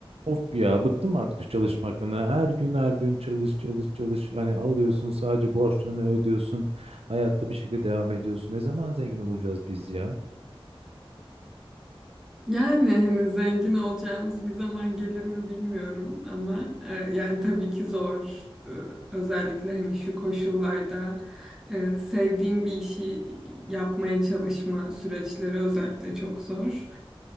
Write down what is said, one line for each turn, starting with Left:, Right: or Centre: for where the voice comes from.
Right: Of ya bıktım artık şu çalışmaktan. Yani Her gün her gün çalış çalış çalış. Hani alıyorsun sadece borçlarını ödüyorsun. Hayatta bir şekilde devam ediyorsun. Ne zaman zengin olacağız biz ya?
Centre: Yani hani zengin olacağımız bir zaman gelir mi bilmiyorum ama e, yani tabii ki zor. E, özellikle hani şu koşullarda e, sevdiğin bir işi yapmaya çalışma süreçleri özellikle çok zor.